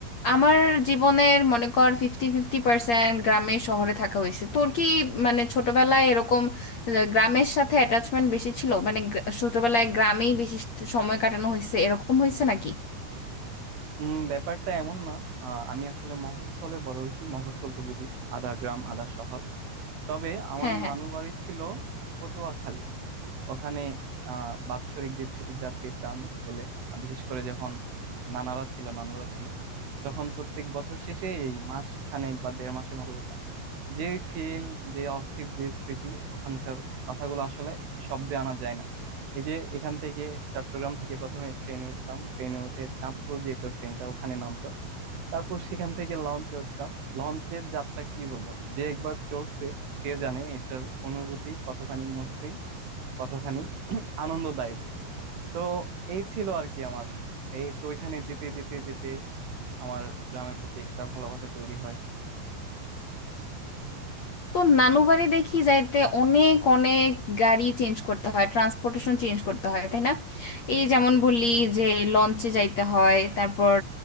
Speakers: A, on the left; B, on the right.
A: আমার জীবনের মনে কর ফিফটি ফিফটি পার্সেন্ট গ্রামে শহরে থাকা হয়েছে তোর কি মানে ছোটবেলায় এরকম আহ, গ্রামের সাথে অ্যাটাচমেন্ট বেশি ছিল মানে গ্রা- ছোটবেলায় গ্রামেই বেশি সময় কাটানো হয়েছে এরকম হয়েছে নাকি
B: উম, ব্যাপারটা এমন না আহ, আমি আসলে মফস্বলে বড় হয়েছি মফস্বল তো বুঝিস আধা গ্রাম আধা শহর তবে আমার
A: হ্যাঁ হ্যাঁ
B: নানু বাড়ি ছিল পটুয়াখালী ওখানে আহ বাৎসরিক যে ছুটিটা পেতাম স্কুলে আহ, বিশেষ করে যখন নানারা ছিল নানুরা ছিল তখন প্রত্যেক বছর শেষে এই মাস খানেক বা দেড় মাসের মতো দিতাম যে ফিল যে অস্থির যে স্মৃতি ওখানকার কথাগুলো আসলে শব্দে আনা যায় না এই যে এখান থেকে চট্টগ্রাম থেকে প্রথমে ট্রেনে উঠতাম ট্রেনে উঠে চাঁদপুর যেত ট্রেনটা ওখানে নামতো তারপর সেখান থেকে লঞ্চে উঠতাম লঞ্চের যাত্রা কি বলবো যে একবার চড়ছে সে জানে এটার অনুভূতি কতখানি মসৃণ কতখানি <clears throat> আনন্দদায়ক তো এই ছিল আর কি আমার এই তো ওইখানে যেতে যেতে যেতে আমার গ্রামের প্রতি একটা ভালোবাসা তৈরি হয়
A: তো নানু বাড়ি দেখি যাইতে অনেক অনেক গাড়ি চেঞ্জ করতে হয় ট্রান্সপোর্টেশন চেঞ্জ করতে হয় তাই না এই যেমন বললি যে লঞ্চে যাইতে হয় তারপর